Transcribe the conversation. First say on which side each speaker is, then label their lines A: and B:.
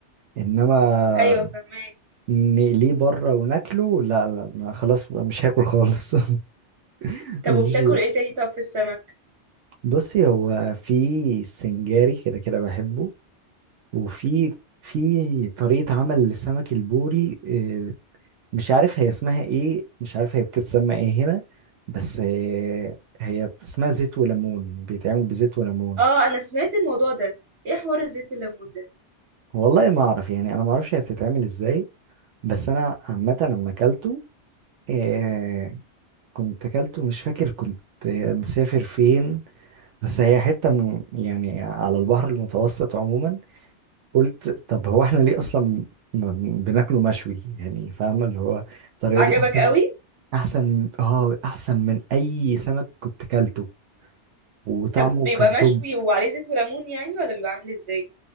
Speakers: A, on the right (about 90°); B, on the right (about 60°).
A: انما
B: ايوه فهماك
A: نقليه بره وناكله لا لا ما خلاص مش هاكل خالص <laughs>
B: طب
A: مش
B: وبتاكل ايه تاني طب في السمك
A: بصي هو في سنجاري كده كده بحبه وفي في طريقة عمل للسمك البوري آه، مش عارف هي اسمها ايه مش عارف هي بتتسمى ايه هنا بس آه، هي اسمها زيت وليمون بيتعمل بزيت وليمون
B: اه انا سمعت الموضوع ده ايه حوار الزيت والليمون ده
A: والله ما اعرف يعني انا ما اعرفش هي بتتعمل ازاي بس انا عامه لما اكلته آه، كنت اكلته مش فاكر كنت آه، مسافر فين بس هي حته من يعني على البحر المتوسط عموما قلت طب هو احنا ليه اصلا ما بن- بناكله مشوي يعني فاهمه اللي هو الطريقه
B: عجبك
A: دي احسن
B: قوي
A: احسن اه احسن من اي سمك كنت كلته وطعمه
B: طب بيبقى
A: كان
B: مشوي
A: توب
B: وعليه زيت وليمون يعني ولا بيبقى عامل ازاي